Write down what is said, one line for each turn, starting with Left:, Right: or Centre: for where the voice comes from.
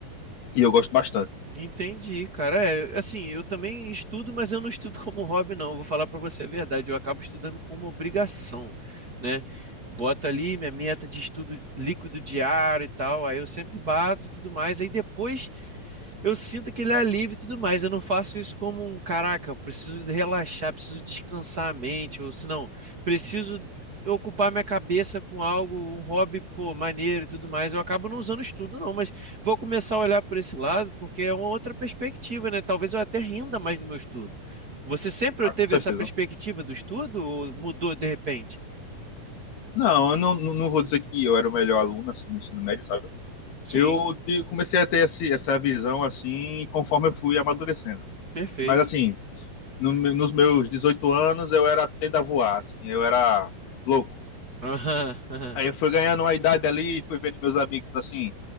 Left: e eu gosto bastante.
Right: entendi, cara. É, assim, eu também estudo, mas eu não estudo como hobby, não. Vou falar pra você a verdade. Eu acabo estudando como obrigação, né? Eu boto ali minha meta de estudo líquido diário e tal. Aí eu sempre bato e tudo mais. Aí depois Eu sinto aquele alívio e tudo mais. Eu não faço isso como um caraca, eu preciso de relaxar, preciso descansar a mente, ou se não, preciso ocupar minha cabeça com algo, um hobby, pô, maneiro e tudo mais. Eu acabo não usando estudo, não, mas vou começar a olhar por esse lado, porque é uma outra perspectiva, né? Talvez eu até renda mais no meu estudo. Você sempre
Left: Ah,
Right: teve
Left: com certeza.
Right: essa perspectiva do estudo ou mudou de repente?
Left: Não, eu não, não não vou dizer que eu era o melhor aluno assim, no ensino médio, sabe?
Right: Sim,
Left: Eu te- comecei a ter esse, essa visão assim conforme eu fui amadurecendo.
Right: perfeito.
Left: Mas assim, no me- nos meus 18 anos eu era tenda a voar, assim, eu era louco.
Right: Aham, aham,
Left: Aí eu fui ganhando uma idade ali, fui vendo meus amigos assim